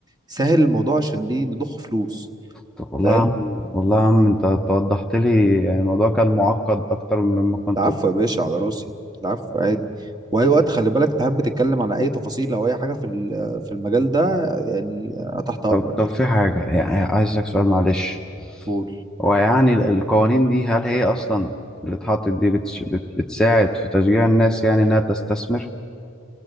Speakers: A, on the right (about 20°); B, in the centre.
A: سهل الموضوع عشان ايه نضخ فلوس
B: طب والله
A: فاهم
B: يا عم والله يا عم انت توضحت لي يعني الموضوع كان معقد اكتر مما كنت
A: العفو يا باشا على راسي العفو عادي واي وقت خلي بالك تحب تتكلم عن اي تفاصيل او اي حاجه في ال- في المجال ده يعني أنا تحت امرك
B: طب طب
A: يعني
B: في حاجة يعني عايزك سؤال
A: قول
B: معلش
A: قول
B: ويعني ال- القوانين دي هل هي أصلا اللي اتحطت دي بتش... بت... بتساعد في تشجيع الناس يعني إنها تستثمر؟